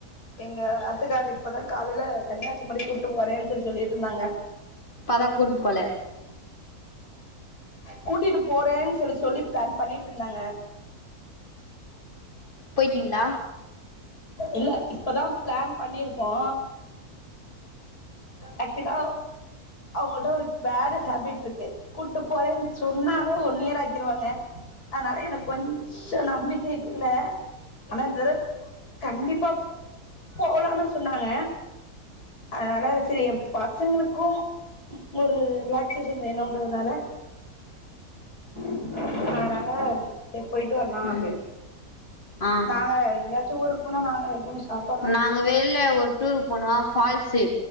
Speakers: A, on the left; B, on the left.
A: எங்க ஆத்துக்கார் இப்பதா காலையில கன்னியாகுமரி கூட்டு போரேன்னு சொல்லி சொல்லிட்டு இருந்தாங்க
B: ஆனா கூட்டுனு போல
A: கூட்டிட்டு போறேன்னு சொல்லி சொல்லி பிளான் பண்ணிட்டு இருந்தாங்க
B: போயிட்டீங்களா
A: இல்ல இப்பதா பிளான் பண்ணியிருக்கோ ஆக்சுலா அவங்கிட்ட ஒரு பேடு ஹேபிட் இருக்கு கூட்டு போறேன்னு சொன்னாவே ஒன் இயர் ஆக்கிருவாங்க அதனால எனக்கு கொஞ் சோ நம்பிக்கை இல்ல ஆனா இந்தர கண்டிப்பா போலான்னு சொன்னாங்க அதனால சேரி ஏ பசங்களுக்கும் ஒரு ரிலாக்சேஷன் வேணுன்றதுனால அதனால செரி போயிட்டு வரலா அப்டின்னு
B: ம் ஆ
A: நாங்க எங்கேயாச்சும் ஊருக்கு போனா நாங்க எப்பவு சாப்
B: நாங்க வெளில ஒரு டூருகுக்கு போனமா ஃபால்ஸ்சு